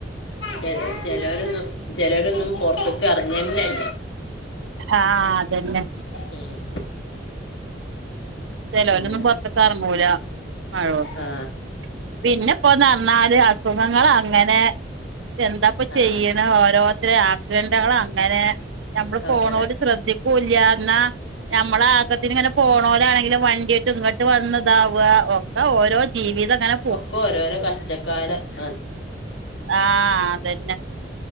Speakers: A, on the left (about 80°); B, on the right (about 85°).
A: ചെല ചെലോരൊന്നും ചെലോരൊന്നും പുറത്തക്ക് ഇറങ്ങന്നെ-
B: ആ അതന്നെ.
A: ഉം
B: ചിലവരൊന്നും
A: അങ്ങനെ
B: പുറത്തക്ക് ഇറങ്ങൂല. മഴ ഒണ്ട്
A: ആ
B: പിന്നെപ്പോ നർഞാല് അസുഖങ്ങളങ്ങനെ എന്താപ്പ
A: ആ
B: ചെയ്യണെ ഓരോരു ത്രേ ആക്സ്ഡന്റ്കളാ അങ്ങനെ ഞമ്മള്
A: അങ്ങനെ
B: പോണോല് ശ്രദ്ധിക്കൂല്ല്യാ ന്നാ ഞമ്മളെ ആക്കത്തിന് ഇങ്ങനെ പോണോലാണെങ്കിലും വണ്ട്യായ്ട്ടും ഇങ്ങട്ട് വന്ന് താവാ ഒക്കെ ഓരോ ജീവിതംങ്ങനെ
A: ഒക്കാേരോരാെ കഷ്ടക്കാലം അഹ്
B: ആഹ് അതെന്നെ